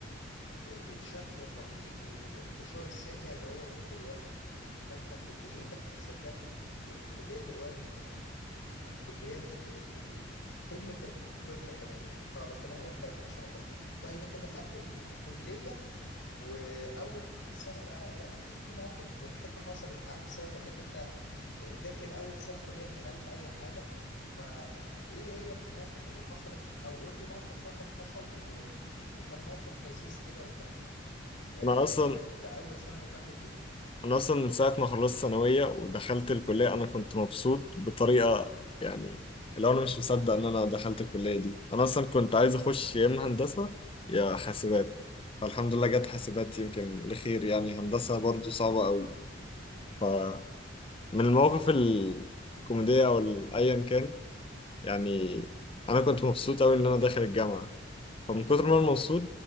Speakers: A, on the left (about 80°); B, on the left (about 30°).
A: بالشكل الرهيب وبالانتشار السريع اللي هو فيه دلوقتي فانت كليتك صدقني بقت كليه دلوقتي من من كليات ال ال- قمه القمه كمان يعني فربنا يوفقك ان شاء الله طيب انت دخلت الكليه واول سنه بقى اكيد في مواقف مضحكه حصلت معاك بسبب انك انت داخل اول سنه كليه مش عارف اي حاجه فايه هي المواقف اللي حصلت او قول لي موقف واحد حصل و... وكان موقف لذيذ كده وخفيف آه
B: انا اصلا
A: لاول سنه دخلت فيها
B: انا اصلا من ساعه ما خلصت ثانويه ودخلت الكليه انا كنت مبسوط بطريقه يعني اللي هو انا مش مصدق ان انا دخلت الكليه دي انا اصلا كنت عايز اخش يا اما هندسه يا حاسبات فالحمد لله جت حاسبات يمكن لخير يعني هندسه برضو صعبه قوي فمن المواقف الكوميديه او ال- ايا كان يعني انا كنت مبسوط قوي ان انا داخل الجامعه فمن كتر ما انا مبسوط